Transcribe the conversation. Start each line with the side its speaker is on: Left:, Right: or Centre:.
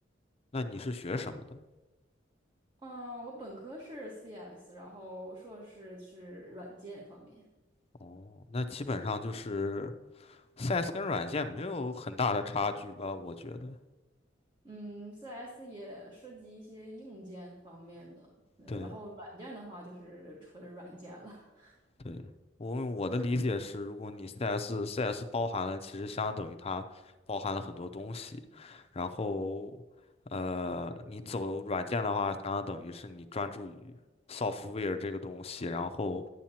Left: 那你是学什么的？
Right: 嗯，我本科是 CS，然后硕士是软件方面。
Left: 哦，那基本上就是，CS 跟软件没有很大的差距吧？我觉得，
Right: 嗯，CS 也涉及一些硬件方面的，呃然后软件的话就是纯软件了。
Left: 对
Right: <laughs>
Left: 对，我我的理解是，如果你 CS CS 包含了，其实相等于它包含了很多东西，然后呃，你走软件的话，相当等于是你专注于 software 这个东西，然后